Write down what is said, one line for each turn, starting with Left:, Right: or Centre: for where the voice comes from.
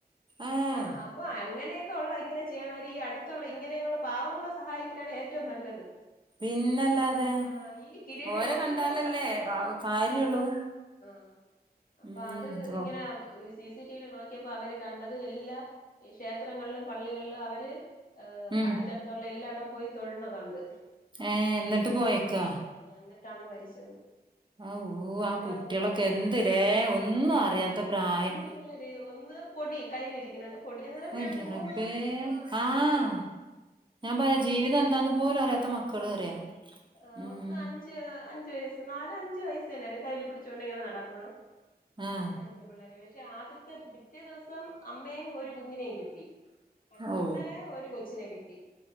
Right: ഏഹ്
Left: ആ അ ഓ അങ്ങനെയൊക്കെ ഉള്ള ഇങ്ങനെ ചെയ്യണം അവര് ഈ അടുത്തുള്ള ഇങ്ങനെയുള്ള പാവങ്ങളെ സഹായിക്കാനാണ് ഏറ്റവും നല്ലത്
Right: പിന്നല്ലാതെ
Left: ആ ഈ കിരീടം
Right: ഓരെ
Left: ഇതൊക്കെ
Right: കണ്ടാലല്ലേ
Left: കൊണ്ട് പള്ളിൽ വെച്ചിട്ട്
Right: ആ കാര്യള്ളൂ
Left: ആഹ അപ്പൊ
Right: ഉം
Left: അത് ഇങ്ങനെ
Right: ഓ
Left: സി സ് സി സി ടി വിയിൽ നോക്കിയപ്പോ അവര് കണ്ടത് എല്ലാ ക്ഷേത്രങ്ങളിലും പള്ളികളിലും അവര്
Right: ഉം
Left: അടുത്തടുത്തുള്ള എല്ലായിടവും പോയി തൊഴണതുണ്ട്
Right: ഏ എന്നിട്ട് പോയേക്കാ
Left: എന്നിട്ടാണ് മരിച്ചത്
Right: ആ ഓ
Left: എല്ലാ
Right: ആ കുട്ടികളൊക്കെ എന്തല്ലെ
Left: അതിൽ
Right: ഒന്നും
Left: ഇങ്ങനെ എഴുതി
Right: അറിയാത്ത പ്രായം
Left: കുഞ്ഞു ഒന്ന് പൊടി കയ്യിലിരിക്കണ പൊടി ര
Right: അയിന്റെ
Left: മൂന്ന്
Right: റബ്ബേ
Left: ആ മൂന്ന്
Right: ആഹ്
Left: വയസ്സൊക്കെ
Right: ഞാൻ പറയാ ജീവിതം എന്താന്ന് പോലും അറിയാത്ത മക്കള്
Left: അറിഞ്ഞില്ലേ
Right: അറിയാം
Left: ആഹ്
Right: ഉം
Left: ഒന്ന് അഞ്ച് അഞ്ച് വയസ്സ് നാല് അഞ്ച് വയസ്സ് തന്നെയരും കയ്യിൽ പിടിച്ചോൊണ്ട ഇങ്ങനെ നടക്കുണത്
Right: ആഹ്
Left: രണ്ട് പിള്ളേരെ പക്ഷെ ആദ്യത്തെ- പിറ്റേ ദെവസം അമ്മേയും ഒരു കുഞ്ഞിനേം കിട്ടി അടുത്ത്
Right: ഓ
Left: ഇന്നലെ ഒരു കൊച്ചിനെ കിട്ടി